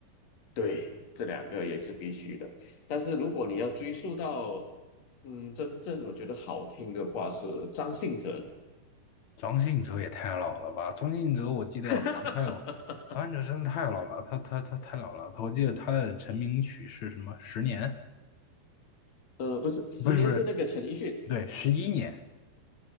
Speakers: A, on the left (about 45°); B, on the left (about 65°).
A: 对，这两个也是必须的。但是如果你要追溯到，嗯，真正我觉得好听的话是张信哲，
B: 张信哲也太老了吧！张信哲我记得好像他有，
A: <laughs>
B: 张信哲真的太老了，他他他太老了。我记得他的成名曲是什么？十年？
A: 呃，不是，十年是那个陈奕迅，
B: 不是不是，对，十一年。